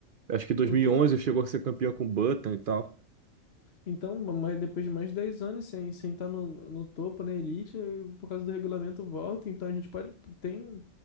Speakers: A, on the right (about 60°); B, on the left (about 50°).
A: Acho que dois
B: o
A: mil
B: to-
A: e onze chegou a ser campeão com o Button e tal.
B: então mas depois de mais de 10 anos sem, sem estar no, no topo, na elite, eh, por causa do regulamento volta. Então, a gente pode... Tem